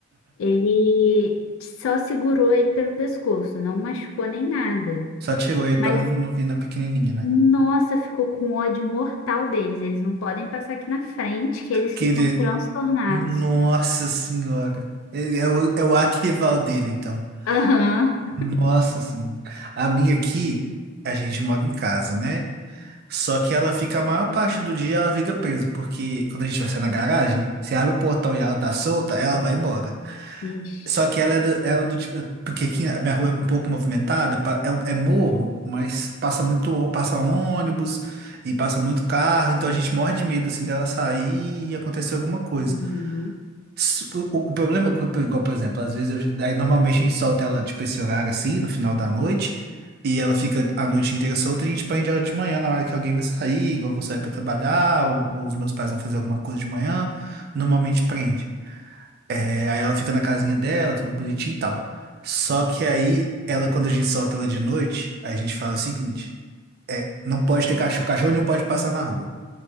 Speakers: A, on the left; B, on the right.
A: ele só segurou ele pelo pescoço, não machucou nem nada.
B: <laughs> Só tirou ele
A: Mas,
B: pra não, não vir na pequenininha, né?
A: nossa, ficou com ódio mortal deles. Eles não podem passar aqui na frente, que eles
B: Que
A: ficam
B: ele...
A: transtornados.
B: Nossa senhora. Ele é o, é o arquival dele, então.
A: Aham.
B: Nossa senhora. A minha aqui, a gente mora em casa, né? Só que ela fica a maior parte do dia, ela fica presa, porque quando a gente vai sair na garagem, você abre o portão e ela tá solta, ela vai embora.
A: Vixe.
B: Só que ela é do, ela é do tipo, porque aqui a minha rua é um pouco movimentada, pa- é, um- é morro, mas passa muito, ô- passa ônibus e passa muito carro, então a gente morre de medo assim dela sair e acontecer alguma coisa.
A: Uhum.
B: S- O, o problema, igual, por exemplo, às vezes, eu- aí normalmente a gente solta ela, tipo, esse horário assim, no final da noite, e ela fica a noite inteira solta, e a gente prende ela de manhã, na hora que alguém vai sair, igual eu vou sair pra trabalhar, ou, ou os meus pais vão fazer alguma coisa de manhã, normalmente prende. É, aí ela fica na casinha dela, tudo bonitinho e tal. Só que aí, ela, quando a gente solta ela de noite, a gente fala o seguinte, não pode ter cachorro, cachorro não pode passar na rua.